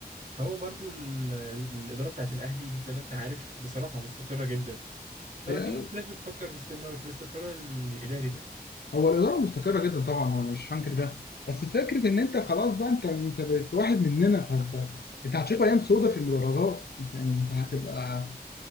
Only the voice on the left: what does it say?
آه،
هو الاداره مستقره جدا طبعا انا مش هنكر ده بس فكره ان انت خلاص بقى انت انت بقيت واحد مننا فانت انت هتشوف ايام سودة في المدرجات انت انت هتبقى